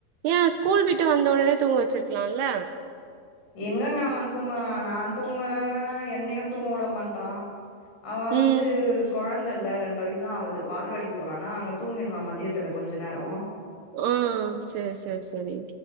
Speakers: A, on the right; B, on the left.
A: ஏன் ஸ்கூல் போயிட்டு வந்த உடனே தூங்க வச்சிருக்கலாம்ல்ல
B: எங்கங்கா அவ தூங்குரா நா தூங்குற என்னையும் தூங்க விட மாற்றான் அவ வந்து
A: ம்
B: குழந்த இல்ல ரெண்டு வயசுதா அவது பால்வாடி போறானா அங்க தூங்கிடுறான் மதியத்துல கொஞ்ச நேரம்
A: ஹ் சரி சரி சரி